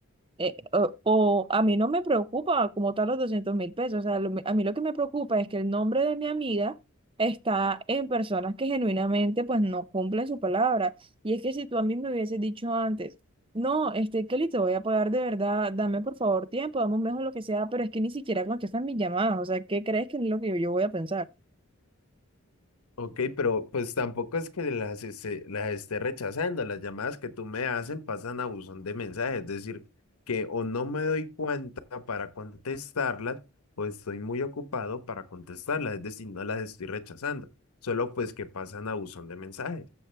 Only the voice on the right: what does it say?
eh, o, o a mí no me preocupa como tal los doscientos mil pesos. O sea, lo- a mí lo que me preocupa es que el nombre de mi amiga está en personas que genuinamente pues no cumplen su palabra. Y es que si tú a mí me hubieses dicho antes, no, este Kelly, te voy a pagar de verdad, dame por favor tiempo, dame un mejor lo que sea, pero es que ni siquiera contestan mis llamadas. O sea, ¿qué crees que es lo que yo, yo voy a pensar?